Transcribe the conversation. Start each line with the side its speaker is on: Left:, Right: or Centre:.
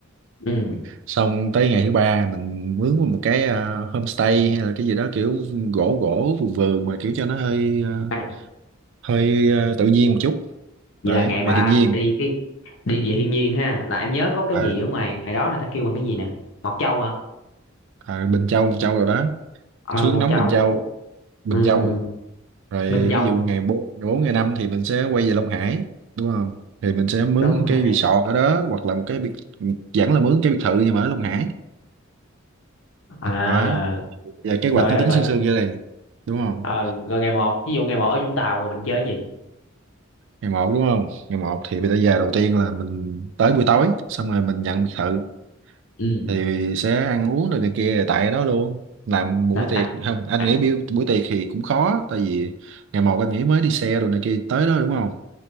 Left: ừ
Right: xong tới ngày thứ ba mình mướn một cái ờ, homestay hay là cái gì đó kiểu gỗ gỗ vườn vườn mà kiểu cho nó hơi ờ,
Left: à,
Right: hơi ờ, tự nhiên một chút
Left: vậy
Right: đấy
Left: là ngày ba
Right: về thiên nhiên
Left: là đi cái đi về thiên nhiên ha là em nhớ có cái
Right: Ờ,
Left: gì ở ngoài ngày đó là ta kêu bằng cái gì nè Mộc Châu hả
Right: ờ, Bình Châu Bình Châu rồi đó
Left: ờ
Right: xuống
Left: Mộc
Right: nóng
Left: Châu
Right: Bình Châu Bình
Left: ừ
Right: Châu
Left: ừ
Right: rồi
Left: Bình Châu
Right: ví dụ ngày bốn ngày bốn ngày 5 thì mình sẽ quay về Long Hải đúng không thì mình sẽ mướn
Left: Long Hải
Right: cái resort ở đó hoặc là một cái biệt vẫn là mướn cái biệt thự nhưng mà ở Long Hải
Left: à
Right: đó và kế hoạch
Left: rồi
Right: nó
Left: rồi
Right: tính
Left: rồi,
Right: sương sương như này đúng không
Left: ờ, rồi ngày một ví dụ ngày một ở Vũng Tàu rồi mình chơi cái gì
Right: ngày một đúng không ngày một thì bây giờ giờ đầu tiên là mình tới buổi tối xong rồi mình nhận biệt thự
Left: ừ
Right: thì sẽ ăn uống rồi này kia rồi tại đó luôn làm buổi
Left: là
Right: tiệc
Left: sao
Right: không anh
Left: À.
Right: nghĩ buổi, buổi tiệc thì cũng khó tại vì ngày một anh nghĩ mới đi xe rồi này kia tới đó đúng không